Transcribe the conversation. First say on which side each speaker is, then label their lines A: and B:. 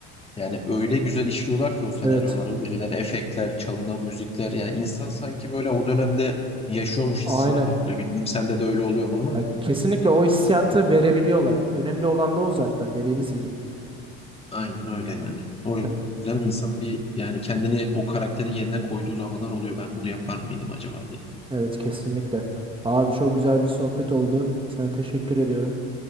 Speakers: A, on the left; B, on the right.
A: yani öyle güzel işliyorlar ki o senaryoları,
B: Evet.
A: verilen efektler, çalınan müzikler. Yani insan sanki böyle o dönemde yaşıyormuş
B: Aynen.
A: hissine kapılıyor. Bilmem sende de öyle oluyor mu ama
B: Ya kesinlikle o hissiyatı verebiliyorlar. Önemli olan da o zaten dediğimiz gibi.
A: aynen öyle yani. O yüzden
B: Ya,
A: insan bir yani kendini o karakterin yerine koyduğu zamanlar oluyor. Ben bunu yapar mıydım acaba diye.
B: Evet kesinlikle. Abi çok güzel bir sohbet oldu. Sana teşekkür ediyorum.